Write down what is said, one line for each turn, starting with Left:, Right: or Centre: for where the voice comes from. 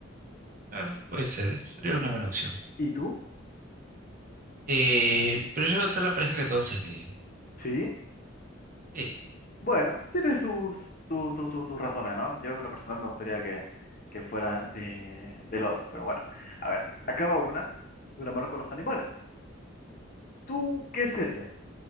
Right: Claro, puede ser, sería una buena opción.
Left: ¿Y tú?
Right: Eh, pero yo voy a ser la pareja que todos envidian.
Left: Sí.
Right: Sí,
Left: Bueno, tienes tus, tu- tu- tu- tus razones, ¿no? Yo en lo personal me gustaría que, que fuera de, del otro. Pero bueno, a ver, acaba una de la mano con los animales. ¿Tú qué serías?